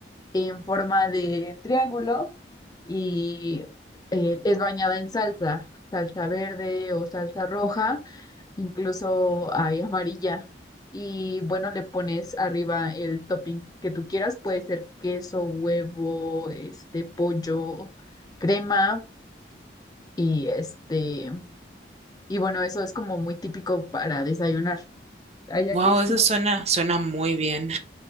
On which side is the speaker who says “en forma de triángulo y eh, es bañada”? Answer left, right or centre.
Left